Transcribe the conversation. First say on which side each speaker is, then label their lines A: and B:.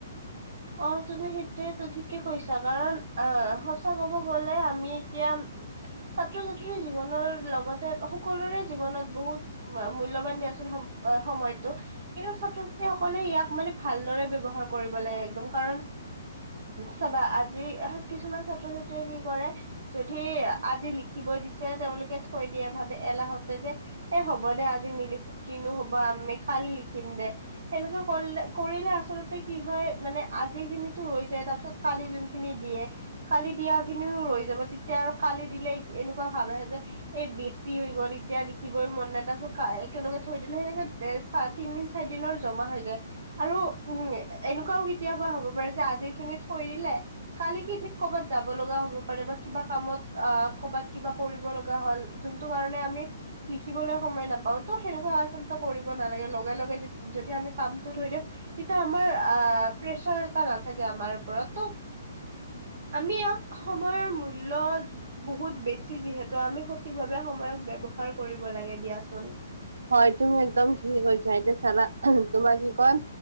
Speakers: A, on the right; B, on the right.
A: অহ তুমি সেইটোয়েটো ঠিকে কৈছা কাৰণ আহ সঁচা ক'ব গলে, আমি এতিয়া ছাত্ৰ-ছাত্ৰীৰ জীৱনৰ লগত সকলোৰে জীৱনত বহুত মূল্যবান দিয়াচোন সম সময়টো। কিন্তু ছাত্ৰ-ছাত্ৰী সকলে ইয়াক মানে ভালদৰে ব্যৱহাৰ কৰিব লাগে। একদম কাৰণ চাবা আজি কিছুমান ছাত্ৰ-ছাত্ৰীয়ে কি কৰে যদি আজি লিখিব দিছে, তেওঁলোকে থৈ দিয়ে ভাবে এলাহত যে এ হ'ব দে আজি নিলিখো কিনো হ'ব আমি কালি লিখিম দে। সেনেকা কৰিলে কৰিলে আচলতে কি হয় মানে আজি খিনিটো ৰৈ যায়। তাৰপিছত কালি যোনখিনি দিয়ে কালি দিয়া খিনিও ৰৈ যাব, তেতিয়া আৰু কালি দিলে এনেকুৱা ভাৱ আহে যে এই বেছি হৈ গ'ল এতিয়া লিখি লিখিবই মন নাই তাৰ পিছত কা একেলগে থৈ দিলে সেনেকে একেলগে তিনদিন চাৰিদিনৰ জমা হৈ যায়। আৰু উম এনেকুৱাও কেতিয়াবা হ'ব পাৰে যে আজিৰ খিনি থৈ দিলে। কালি কি ঠিক কৰ'বাত যাব লগা হ'ব পাৰে বা কিবা কামত, আহ ক'বাত কিবা কৰিব লগা হ'ল যোনটো কাৰণে আমি, লিখিবলৈ সময় নাপাওঁ, টো সেনেকুৱা আচলতে কৰিব নালাগে, লগে লগে য যদি আমি কামটো থৈ দিওঁ, তেতিয়া আমাৰ আহ প্ৰেচাৰ এটা থাকে আমাৰ ওপৰত, তো' আমি ইয়াক সময়ৰ মূল্য বহুত বেছি যিহেতু, আমি সঠিকভাৱে সময়ক ব্যৱহাৰ কৰিব লাগে দিয়াচোন।
B: হয় তুমি একদম ঠিকেই কৈছা, এতিয়া চালা তোমাক কি মই,